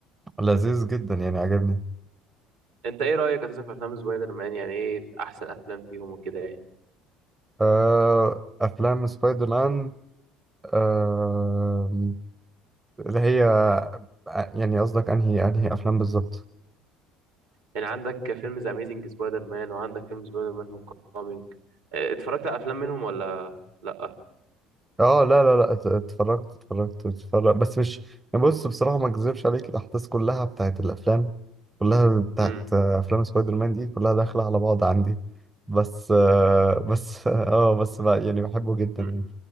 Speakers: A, on the right; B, on the right.
A: لذيذ جدا يعني عجبني
B: انت ايه رايك اساسا في افلام سبايدر مان يعني ايه في احسن افلام فيهم وكده يعني
A: آه أفلام سبايدر مان آه اللي هي آه، يعني قصدك أنهي أنهي أفلام بالظبط؟
B: يعني عندك فيلم ذا اميزنج سبايدر مان وعندك فيلم سبايدر مان هوم كومينج اتفرجت على افلام منهم ولا لا
A: اه لا لا لا ات- اتفرجت اتفرجت اتفرجت بس مش يعني. بص بصراحة ما اكذبش عليك الأحداث كلها بتاعت الأفلام كلها بتاعت
B: امم
A: آه، أفلام سبايدر مان دي كلها داخلة على بعض عندي بس آه، بس <laughs> اه بس بقى يعني بحبه جدا
B: مم.
A: يعني